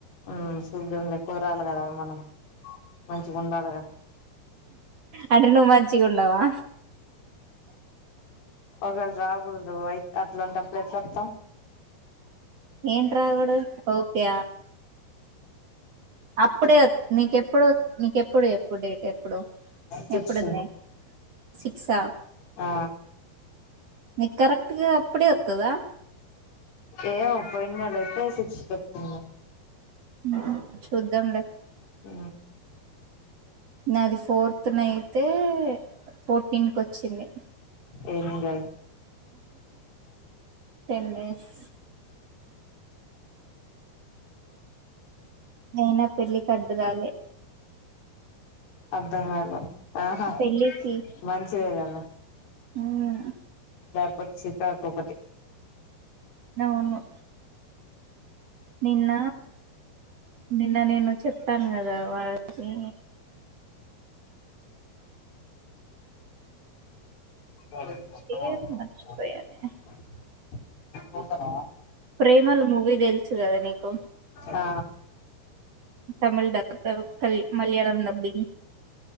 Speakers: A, on the left; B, on the right.
A: ఆ చూదం లే మనం కుదరాలి కదా మనం మంచిగా ఉండాలిగా
B: అంటే ను మంచిగా ఉండవా
A: ఒకవేళ రాకూడదు అయి అట్లాంటప్పుడు ఎట్లా వస్తాం
B: ఏంట్రాకూడాదు ఓకే అప్పుడే వత్ నీకెప్పుడు నీకెప్పుడు ఎప్పుడు డేట్ ఎప్పుడు
A: సిక్స్
B: ఎప్పుడుంది సిక్సా
A: ఆ
B: నీ కరెక్ట్గా అప్పుడే వస్తుందా
A: ఏమో పోయిన నెల అయితే సిక్స్ ఏ కు
B: ఊహు చూద్దాంలే
A: ఊ
B: నాది ఫోర్త్ నయితే ఫోర్టీన్ కి వచ్చింది
A: ఏమి కాదు
B: టెన్ డస్ అయినా పెళ్లికి అడ్దురాలే
A: అధంగాలే ఆహా
B: పెళ్ళికి
A: మంచిదే గద
B: మ్మ్
A: ద పోతే చికాకు ఒకటి
B: నవును నిన్న నిన్న నేను చెపను కదా వాళకి
A: వాళ్ళది కొత్త
B: పేరు
A: <unintelligible>
B: మర్చిపోయానే
A: పోతనవ
B: ప్రేమలు మూవీ తెలుసు కదా నీకు
A: ఆ
B: తమిళ్ దాంట్ల వస్తది మలయాళం డబ్బింగ్